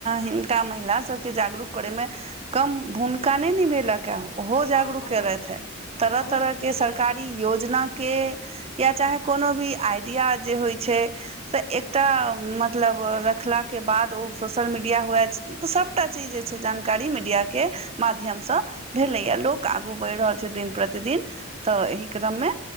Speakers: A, on the right; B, on the left.
A: हिनका महिला सबके जागरूक करे मे कम भूमिका नहि निभेलक के ओहो जागरूक
B: हँ बहुत
A: केलथि हे तरह
B: बहुत
A: तरह के
B: जगलथि
A: सरकारी
B: हे
A: योजना के या चाहे कोनो भी आइडिया जे होइ छै से एकटा मतलब रखलाके बाद ओ सोशल मीडिया हुए सभटा चीज जे छै जानकारी मीडियाके माध्यमसँ भेलैए लोक आगू बढ़ि रहल छै दिन प्रतिदिन तऽ एहि क्रममे